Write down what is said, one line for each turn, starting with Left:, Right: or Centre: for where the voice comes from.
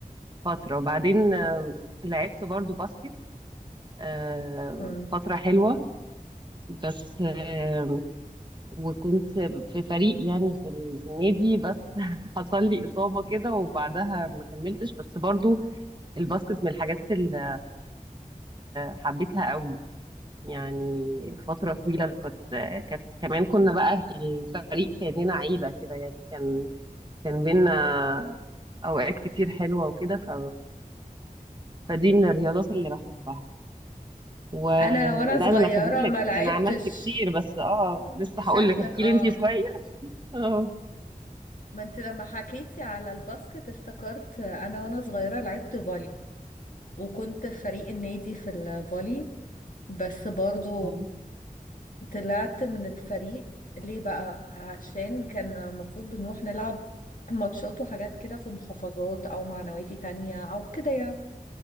Right: فتره وبعدين آه، لعبت برضو باسكت آه،
Left: مم.
Right: فتره حلوه بس آه، وكنت في فريق يعني في ال- في النادي بس <laughs> حصل لي اصابه كده وبعدها ما كملتش بس برضو الباسكت من الحاجات اللي حبيتها قوي يعني فترة طويلة كنت كانت كمان كنا بقى الفريق كأننا عيلة كده يعني كان كان بينا أوقات كتير حلوة وكده ف... فدي من الرياضات اللي بحبها ولا
Left: انا وانا
Right: ده
Left: صغيرة
Right: أنا أكمل
Left: ما
Right: لك
Left: لعبتش
Right: ده أنا عملت كتير بس اه لسه
Left: انت شكلك
Right: هقول لك احكي
Left: اه
Right: لي أنتي شوية <laughs> اه
Left: ما انت لما حكيتي على الباسكت افتكرت انا وانا صغيرة لعبت فولي وكنت في فريق النادي في الفولي بس برضو
Right: مم.
Left: طلعت من الفريق ليه بقى عشان كان المفروض بنروح نلعب ماتشات وحاجات كده في محافظات او مع نوادي تانية او كده يعني